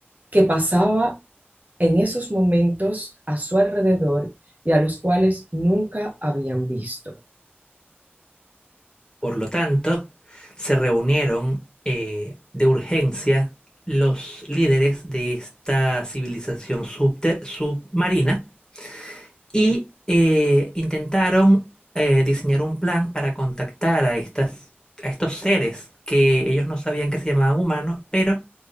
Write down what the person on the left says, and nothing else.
Por lo tanto, se reunieron eh, de urgencia los líderes de esta civilización subte- submarina y eh, intentaron eh, diseñar un plan para contactar a estas, a estos seres que ellos no sabían que se llamaban humanos, pero